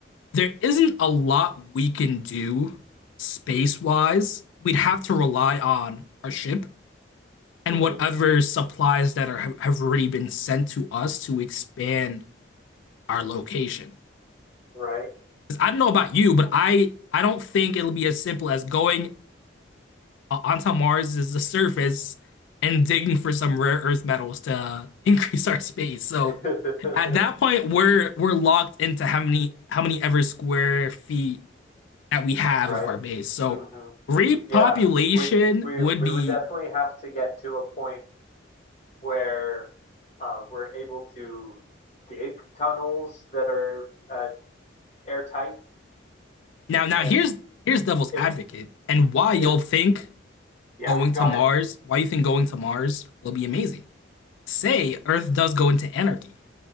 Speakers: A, on the left; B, on the left.
A: there isn't a lot we can do space-wise. We'd have to rely on our ship and
B: hmm
A: whatever supplies that are have already been sent to us to expand our location.
B: Right.
A: I don't know about you, but I I don't think it'll be as simple as going uh, onto Mars's surface and digging for some rare earth metals to <laughs> increase our space. So
B: <laughs>
A: at that point, we're we're locked into how many how many ever square feet that we have
B: Right.
A: of our base. So
B: hmm
A: repopulation
B: Yeah. We we
A: would
B: we
A: be
B: would definitely have to get to a point where uh, we're able to dig tunnels that are uh, airtight.
A: now now
B: And
A: here's here's devil's
B: if
A: advocate and why you'll
B: if
A: think
B: yeah,
A: going to
B: go
A: Mars,
B: ahead.
A: why you think going to Mars will be amazing. Say Earth does go into anarchy.